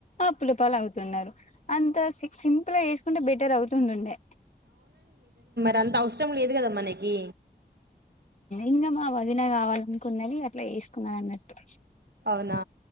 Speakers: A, on the left; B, on the right.
A: అప్పులపాలు అవుతున్నారు అంత సి సింపుల్ గా వేసుకుంటే బెటర్ అవుతుంటుండే
B: గంత అవసరం లేదు కదా మనకి
A: ఇంకా మా వదిన కావాలనుకున్నది అట్లా వేసుకున్నా అన్నట్టు
B: అవునా